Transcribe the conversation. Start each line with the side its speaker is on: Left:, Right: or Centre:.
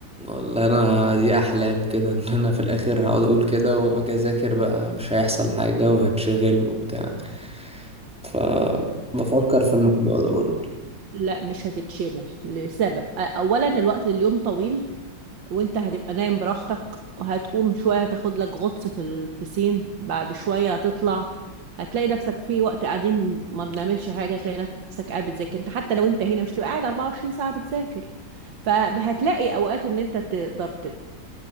Centre: ولا انا دي احلام كده <laughs> ان انا في الاخر هقعد اقول كده واجي اذاكر بقى مش هيحصل حاجة وهتشغل وبتاع فبفكر في الموضوع ده برضه
Right: لا مش هتتشغل لسبب أ- اولا الوقت اليوم طويل وانت هتبقى نايم براحتك وهتقوم شوية هتاخد لك غطس في البسين بعد شوية هتطلع هتلاقي نفسك في وقت قاعدين ما بنعملش حاجة تلاقي نفسك قاعد بتذاكر انت حتى لو انت هنا مش تبقى قاعد 24 ساعة بتذاكر فهتلاقي اوقات ان انت تقدر ت-